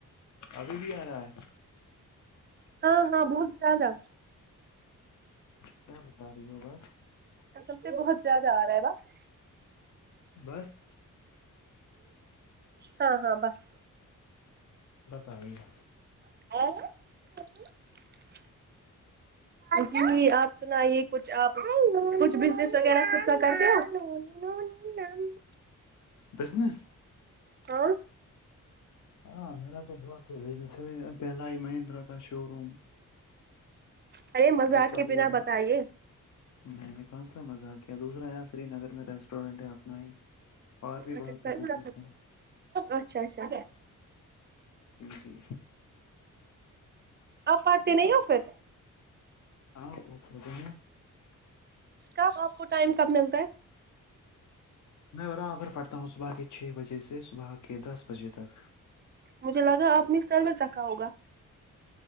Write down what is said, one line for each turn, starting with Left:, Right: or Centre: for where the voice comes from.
Left: ابھی بھی آ رہا ہے
Right: ہاں ہاں بہت زیادہ
Left: کیا بتا رہی ہو بات
Right: اصل تو بہت زیاد آ رہا ہے بس
Left: بس
Right: ہاں ہاں بس
Left: بتائیے
Right: <unintelligible> جی آپ سنائی کچھ آپ کچھ بزنس وغیرہ کا کرتے ہو امم
Left: بزنس
Right: ہاں
Left: ہاں میرا تو بہت ہی بزس ہے پہلا ہی مہندرا کا شو روم
Right: ارے مذاق
Left: دوسرا
Right: کے بنا
Left: یہ
Right: بتائیے
Left: میں نے کون سا مزاق کیا دوسرا یار سرینگر میں ریسٹ اسٹڈینٹ ہے اپنا ہی اور بھی
Right: اچھا
Left: بہت
Right: سر
Left: سے بزنس ہیں
Right: اچھا اچھا
Left: جی جی
Right: آپ پارتے نہیں ہو پھر
Left: ہاں آ رہ ہیں
Right: کب آپ کو ٹائم کب ملتا ہے
Left: میں برابر پڑھتا ہوں صبح کے چھ بجے سے صبح کے دس بجے تک
Right: مجھے لگا آپ نے سر میں رکھا ہوگا